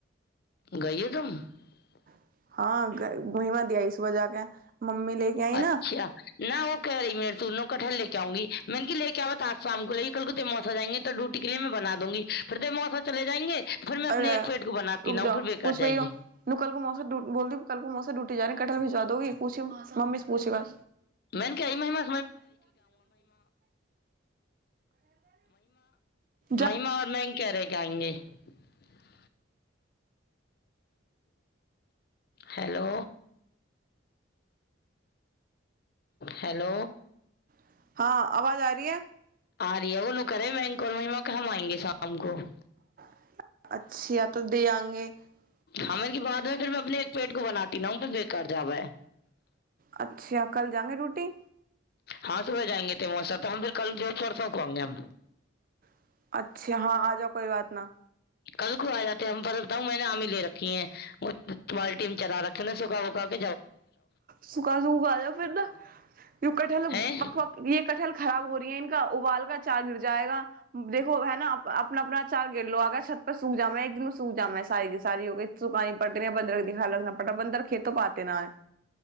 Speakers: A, on the left (about 50°); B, on the right (about 45°).
A: <unintelligible>
B: <unintelligible> लेके आई
A: अच्छ
B: ना
A: न ओ क रही मे <unintelligible> ले चाहूी मेन क ले केब बात आ शाम को ले कलकते मौसा जाएंगे त डूट के लएं बना दूंगी फर दे मफा चले जाएंगे त फर मे
B: अरे
A: अपने एक पेट को बनाती
B: रुक
A: न
B: जाओ
A: ह फेर बेकार
B: पूछ भैया
A: जाइए
B: नू कल को मौसा बोल दी कल को मौसा ड्यूटी जारही कटलह भी भेजवा दोगी पूछि मम्मी पूछेगा
A: <unintelligible> महिमा
B: जा
A: महिमा <unintelligible> <unintelligible> हेलो हेलो
B: <unintelligible>
A: <unintelligible>
B: <unintelligible>
A: <unintelligible> एक पेट के न <unintelligible>
B: अच्छा कल जांगे रूटी
A: हँ सुबह जाएंगे ते मा तऽ हम फेर कल परसो को आंगे हम
B: <unintelligible> अच्छा हँ आ जाउ कोइ बात न
A: कल को आ जाते ह हम पता लता ह मैंने आमीे रखी है तुमार टीम चरा रखे ने सुखा उखााक
B: सुखा सुक उका आजा फिर न य कठल
A: हैं
B: पकव ए कठहल खराब हो रहि है उबाल क चार्ज उड़ जाएगा देखो है न अपना अपना चार लोग छत पर सूख जावें एक दिन सुूजमे <inaudible> आएगी सारी हो सुकांइ पटनिया बन्दरक देखा लतना पटबन्दक <unintelligible> खेतो पाते न है